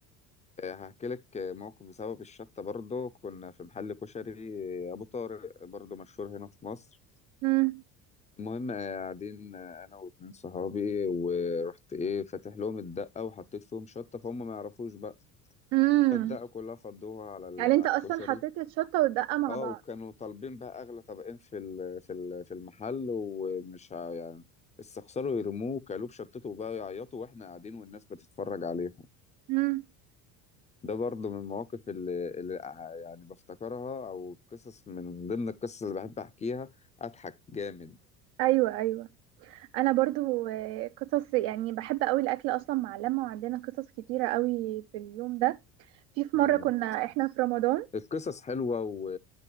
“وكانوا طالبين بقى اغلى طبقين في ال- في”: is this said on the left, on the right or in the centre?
Left